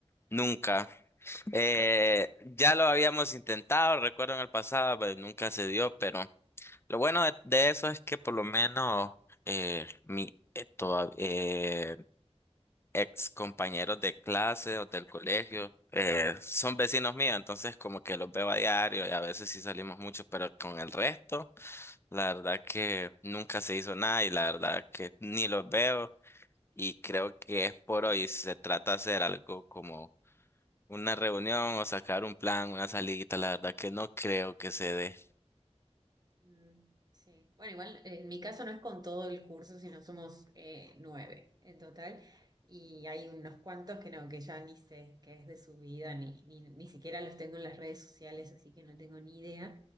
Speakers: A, on the left; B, on the right.
A: nunca. Eh, ya lo habíamos intentado, recuerdo en el pasado, pero nunca se dio, pero lo bueno de, de eso es que por lo menos eh, mi eh, toda- eh, ex compañeros de clase o del colegio eh, son vecinos míos, entonces como que los veo a diario y a veces sí salimos mucho, pero con el resto. La verdad que nunca se hizo nada y la verdad que ni los veo y creo que es por hoy. si Se trata de hacer algo como una reunión o sacar un plan, una salidita. La verdad que no creo que se dé.
B: Mm, sí. Bueno, igual eh, en mi caso no es con todo el curso, sino somos eh, nueve en total. Y hay unos cuantos que no, que ya ni sé qué es de su vida, ni, ni, ni siquiera los tengo en las redes sociales, así que no tengo ni idea.